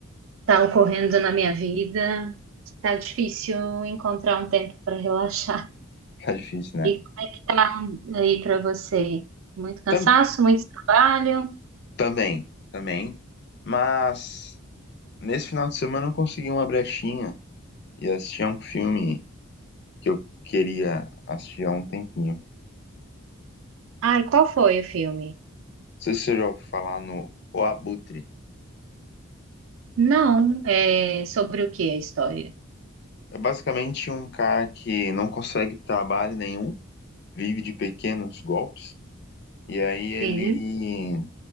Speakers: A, on the right; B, on the left.
A: tá ocorrendo na minha vida. Tá difícil encontrar um tempo para relaxar.
B: Tá difícil, né?
A: E como é que tá aí para você? Muito cansaço,
B: Tam-
A: muito trabalho.
B: também, também. Mas nesse final de semana eu consegui uma brechinha e assisti a um filme que eu queria assistir há um tempinho. Não
A: Ai, qual foi o filme?
B: sei se você já ouviu falar no O Abutre.
A: Não, é sobre o que a história?
B: É basicamente um cara que não consegue trabalho nenhum, vive de pequenos golpes. E aí ele,
A: Sim,